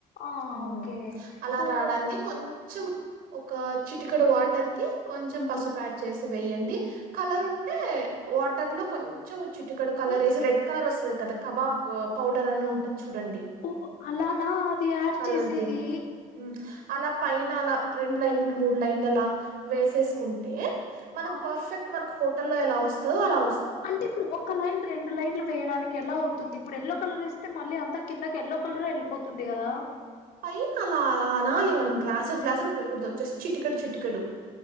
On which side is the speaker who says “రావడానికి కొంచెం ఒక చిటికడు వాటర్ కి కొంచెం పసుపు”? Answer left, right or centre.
Right